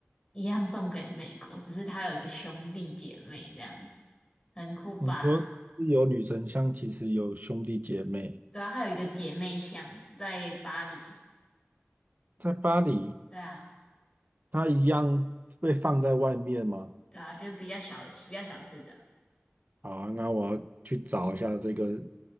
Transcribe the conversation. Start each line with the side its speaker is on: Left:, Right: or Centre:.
Left: 一样送给美国，只是他有一个兄弟姐妹这样子，很酷吧？
Right: 你说有女神像，其实有兄弟姐妹，
Left: 对啊，还有一个姐妹像在巴黎，
Right: 在巴黎。
Left: 对啊。
Right: 它一样被放在外面吗？
Left: 对啊，就是比较小的比较小字的。
Right: 好啊，那我要去找一下这个